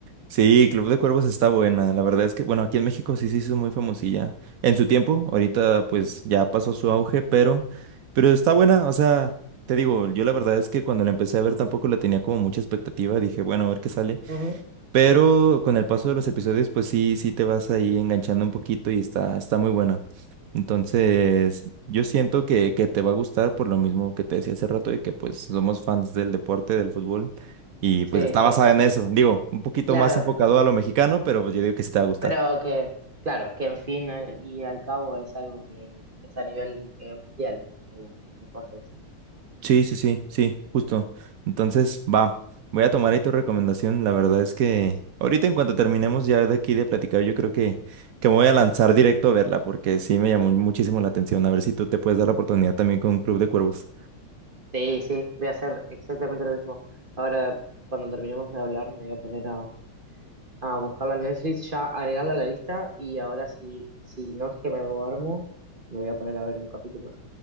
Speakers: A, on the right; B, on the right.
A: Sí, Club de Cuervos está buena. La verdad es que, bueno, aquí en México sí se hizo muy famosilla. En su tiempo, ahorita pues ya pasó su auge, pero, pero está buena. O sea, te digo, yo la verdad es que cuando la empecé a ver tampoco la tenía como mucha expectativa. Dije, bueno, a ver qué sale.
B: Ujú.
A: Pero con el paso de los episodios, pues sí, sí te vas ahí enganchando un poquito y está, está muy buena. Entonces, yo siento que, que te va a gustar por lo mismo que te decía hace rato de que pues somos fans del deporte, del fútbol, y
B: Sí,
A: pues está
B: sí,
A: basada en eso. Digo, un poquito
B: claro,
A: más enfocado a lo mexicano, pero pues yo digo que sí te va a gustar.
B: pero que, claro, que en fin eh, y al cabo es algo que es a nivel eh, mundial, ¿no? Como el deporte en sí.
A: Sí, sí, sí, sí, justo. Entonces, va, voy a tomar ahí tu recomendación. La verdad es que ahorita en cuanto terminemos ya de aquí de platicar, yo creo que, que me voy a lanzar directo a verla porque sí me llamó muchísimo la atención. A ver si tú te puedes dar la oportunidad también con Club de Cuervos.
B: Sí, sí, voy a hacer exactamente lo mismo. Ahora, cuando terminemos de hablar, me voy a poner a, a buscarla en Netflix, ya agregarla a la lista y ahora si, si no es que me duermo, me voy a poner a ver un capítulo.